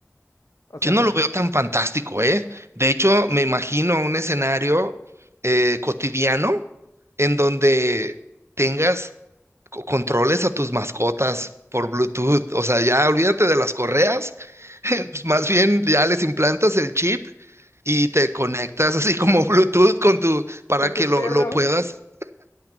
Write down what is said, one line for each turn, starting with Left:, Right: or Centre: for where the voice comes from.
Left: o
Right: Yo
Left: sea,
Right: no
Left: como
Right: lo veo tan fantástico, ¿eh? De hecho, me imagino un escenario eh, cotidiano en donde tengas co- controles a tus mascotas por Bluetooth. O sea, ya olvídate de las correas, <laughs> pues, más bien ya les implantas el chip y te conectas así como <laughs> Bluetooth con tu, para
Left: con
Right: que
Left: tu
Right: lo,
Left: perro.
Right: lo puedas.